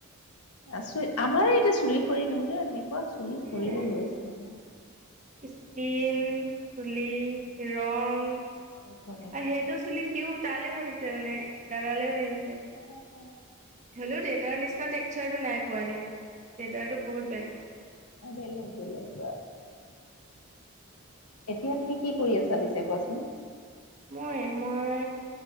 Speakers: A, on the left; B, on the right.
A: আচৰিত, আমাৰে এতিয়া চুলি সৰি মোৰ যে এনেকুৱা চুলি
B: সেয়াই
A: সৰিব লৈছে নহয়।
B: স্কিন, চুলি, ৰং
A: আচৰিত লাগে
B: আৰু সেইটো চুলি সিও তালৈও আহিছে মানে দাদালেও আহি
A: <unintelligible>
B: হলেও দেউতাৰ নিচিনা টেক্চাৰটো নাই পোৱা দেই। দেউতাৰো বহুত বেলেগ।
A: অ বেলেগ বেলেগ। এতিয়া তুমি কি কৰি আছা পিছে কোৱাচোন?
B: মই, মই